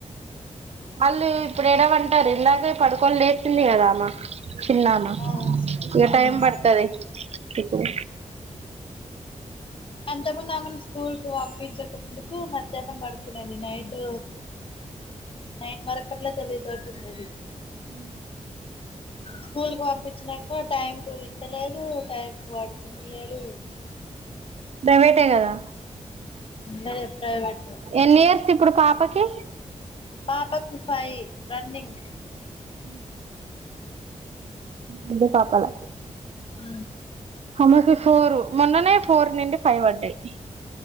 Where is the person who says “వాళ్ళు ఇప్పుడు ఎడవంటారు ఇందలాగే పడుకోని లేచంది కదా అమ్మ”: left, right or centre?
Right